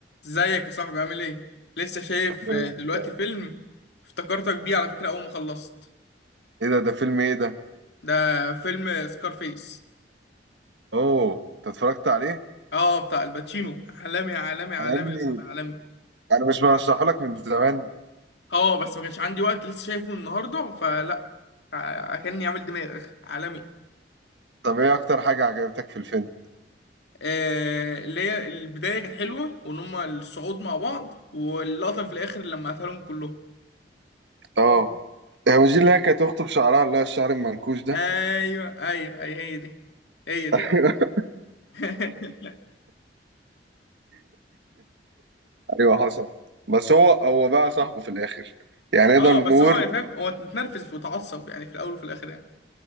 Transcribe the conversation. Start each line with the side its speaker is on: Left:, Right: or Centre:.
Left: ازيك يا صاحبي عامل ايه؟ لسه شايف
Right: الله
Left: آه، دلوقتي فيلم افتكرتك بيه على فكرة أول ما خلصت
Right: ايه ده ده فيلم ايه ده
Left: ده فيلم سكارفيس
Right: اوه انت اتفرجت عليه
Left: اه بتاع الباتشينو عالمي عالمي عالمي
Right: انا يا ابني
Left: يا صاحبي عالمي
Right: انا مش برشحه لك من زمان
Left: اه بس ما كانش عندي وقت لسه شايفه النهاردة فلا ع- كأني عامل دماغ عالمي
Right: طب ايه اكتر حاجه عجبتك في الفيلم
Left: آه اللي هي البداية كانت حلوة وإن هما الصعود مع بعض واللقطة في الآخر لما قتلهم كلهم
Right: اه هي مش دي اللي هي كانت اخته بشعرها اللي هو الشعر المنكوش ده
Left: أيوه أيوه أيوه هي دي هي دي
Right: <laughs>
Left: اه <laughs>
Right: ايوه حصل بس هو هو بقى صاحبه في الاخر يعني
Left: اه
Right: نقدر نقول
Left: بس هو يعني فاهم هو متنرفز وتعصب يعني في الاول وفي الاخر يعني